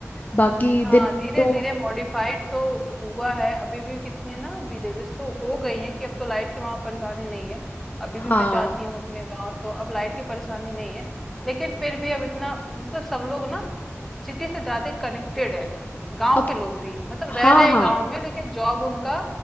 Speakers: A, on the left (about 35°); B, in the centre.
A: बाकी
B: हाँ
A: दिन
B: धीरे
A: तो
B: धीरे मॉडिफाइड तो हुआ है अभी भी कितनी ना विलेजेस तो हो गई हैं कि अब तो लाइट की वहां परेशानी नहीं है अभी
A: हाँ
B: भी मैं जाती हूँ अपने गांव तो अब लाइट की परेशानी नहीं है लेकिन फिर भी अब इतना मतलब सब लोग ना सिटी से ज्यादा कनेक्टेड है गांव
A: अब
B: के लोग भी मतलब रह
A: हाँ
B: रहे हैं
A: हाँ
B: गांव में लेकिन जॉब उनका